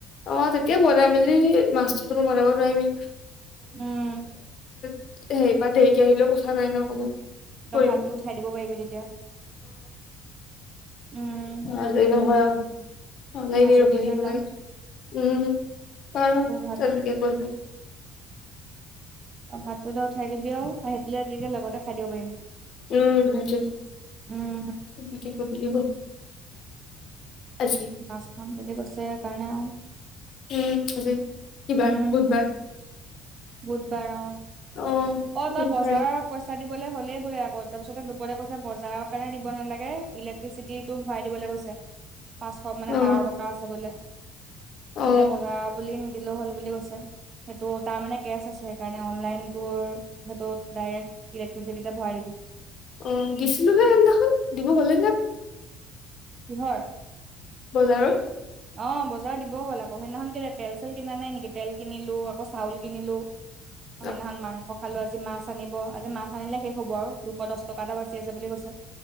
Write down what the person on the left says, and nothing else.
অ, তেতিয়া বনাই মেলি মাছটোতো বনাব নোৱাৰিবি
<unintelligible> হেৰি পৰা দেৰিকে আহিলেও কথা নাই ন অকমান। কৰি
মেলি
<unintelligible> ওলাই কেনে
ৰখি
থাকিব
লাগে, উম! পাৰ
তেনেকে কৰিব।
উম সিটোয়ে
তেনেকে কৰিব লাগিব আজি
উম আজি কি
বাৰ বুধবাৰ
অ
বুধবাৰ
<inaudible>
অ
অ
অ দিছিলোহে সেইদিনাখন দিব হ'লে নে
বজাৰৰ
<inaudible>